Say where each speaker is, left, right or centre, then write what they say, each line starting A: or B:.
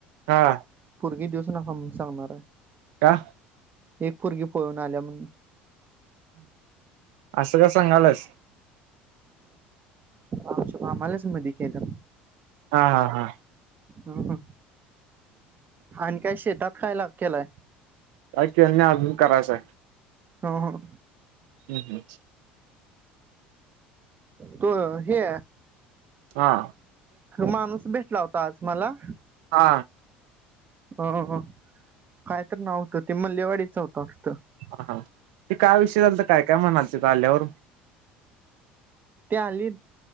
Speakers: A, on the right; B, on the right.
A: हा.
B: ग दिवस नका म सांगणार आहे.
A: का.
B: एक फुरगी पळून आल्या म्हणून.
A: असं का सांगालच.
B: आ आ मला सु म खेलं.
A: हा हा हा.
B: हम्म आणि काय शेतात कायला केलाय.
A: का केल्य अजून करायचंय.
B: हं हं
A: हम्म हम्
B: तो... हे
A: हा
B: माणूस भेटला होता आज मला
A: हा
B: अ काय तर नाव व्हतं, ते मल्लेवाडीच होतं वाटतं
A: हा हा ते काय विषय झालता, काय काय म्हणाले तिथं आल्यावर
B: ते आली